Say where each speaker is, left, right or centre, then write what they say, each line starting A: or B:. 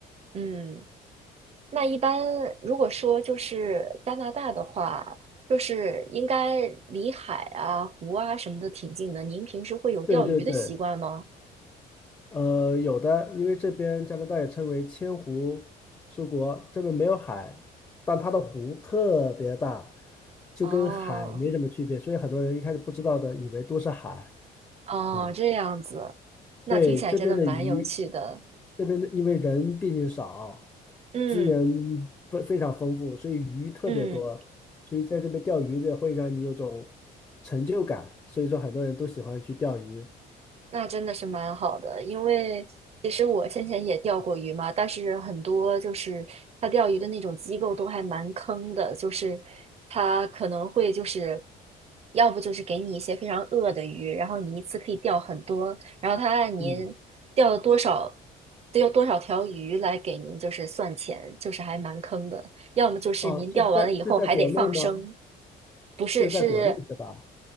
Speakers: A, on the right; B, on the left.
A: 嗯。那一般如果说就是加拿大的话，就是应该离海啊、湖啊什么的挺近的。您平时会有钓鱼的习惯吗？
B: 对对对，呃，有的，因为这边加拿大也称为千湖之国，这边没有海，但它的湖特别大，就跟海没什么区别，
A: 哦
B: 所以很多人一开始不知道的，以为都是海
A: 哦，
B: 啊。
A: 这样子，那听起来真的蛮有趣的。
B: 对，这边的鱼，这边的因为人毕竟少，
A: 嗯
B: 资源非非常丰富，所以鱼特别多，
A: 嗯。
B: 所以在这边钓鱼的会让你有种成就感，所以说很多人都喜欢去钓鱼。
A: 那真的是蛮好的，因为其实我先前也钓过鱼嘛，但是很多就是他钓鱼的那种机构都还蛮坑的，就是他可能会就是要不就是给你一些非常恶的鱼，然后你一次可以钓很多，然后他按您钓了多少，
B: 嗯，
A: 钓多少条鱼来给您就是算钱，就是还蛮坑的。要么就是您钓完了以后还得放生，
B: 哦，这是在这是在国内吗？
A: 不是，
B: 这是在国内是吧？
A: 是，